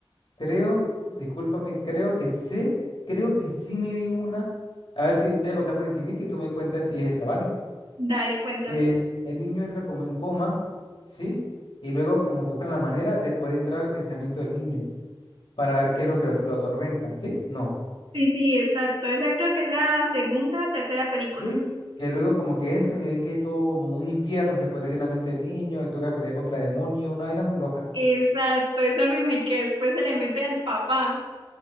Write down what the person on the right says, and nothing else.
Dale, cuéntame.
Sí, sí, exacto. Esa creo que es la segunda, tercera película.
Exacto, esa misma y que después se le mete al papá.